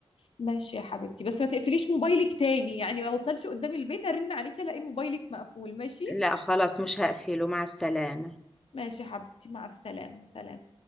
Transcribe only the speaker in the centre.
لا خلاص مش هقفله مع السلامة